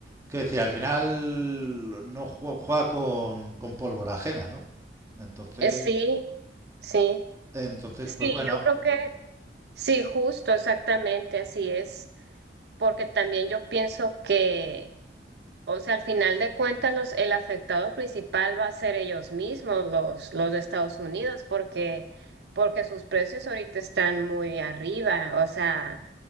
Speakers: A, on the right; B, on the right.
A: Que decir, al final no juega, juega con, con pólvora ajena, ¿no? Entonces,
B: Eh, sí, sí,
A: entonces,
B: sí,
A: pues bueno,
B: yo creo que sí, justo, exactamente, así es porque también yo pienso que O sea, al final de cuentas, los, el afectado principal va a ser ellos mismos, los, los de Estados Unidos, porque, porque sus precios ahorita están muy arriba. O sea,